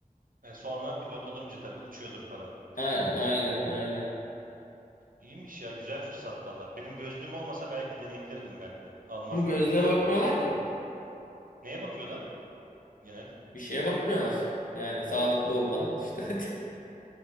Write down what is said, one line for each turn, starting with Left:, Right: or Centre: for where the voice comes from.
Right: E sonra pilot olunca tabii uçuyordur para.
Left: Aynen aynen aynen.
Right: İyiymiş ya güzel fırsat valla. Benim gözlüğüm olmasa belki deneyebilirdim ben de. Almazlar
Left: Bu gözle
Right: diye düşünüyorum
Left: bakmıyorlar
Right: ben.
Left: ki.
Right: Neye bakıyorlar genel?
Left: Bir şeye bakmıyorlar. Yani sağlıklı olman işte. <laughs>